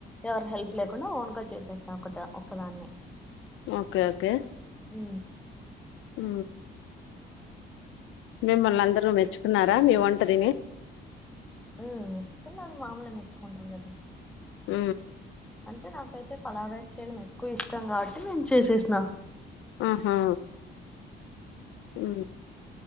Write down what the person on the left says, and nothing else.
ఓకే ఓకే
ఊ మిమ్మల్ని అందరూ మెచ్చుకున్నారా మీ వంట అద
ఊ
ఆహా ఊ